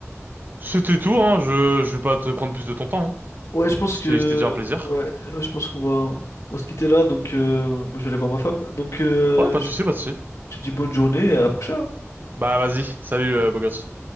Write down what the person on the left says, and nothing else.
Ouais, je pense
que,
ouais, ouais, je pense qu'on va, on va se quitter là, donc, euh, moi, je vais aller voir ma femme, donc, euh,
je
Je te dis bonne journée et à la prochaine. hein.